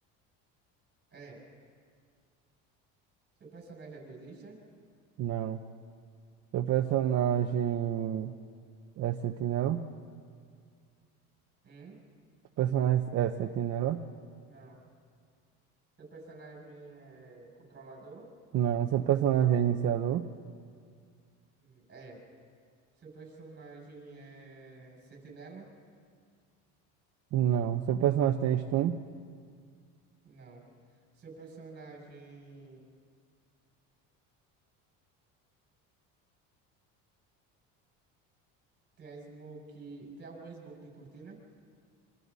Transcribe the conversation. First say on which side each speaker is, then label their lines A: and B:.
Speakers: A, on the right (about 30°); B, on the right (about 45°).
A: É. Seu personagem é duelista?
B: Não. Seu personagem é sentinela?
A: Hum?
B: Seu personagem é sentinela?
A: Não. Seu personagem é controlador?
B: Não. Seu personagem é iniciador?
A: Hum, É. Seu personagem é sentinela?
B: Não. Seu personagem tem stun?
A: Não. Seu personagem. Tem a smoke. Tem algum smoke de cortina?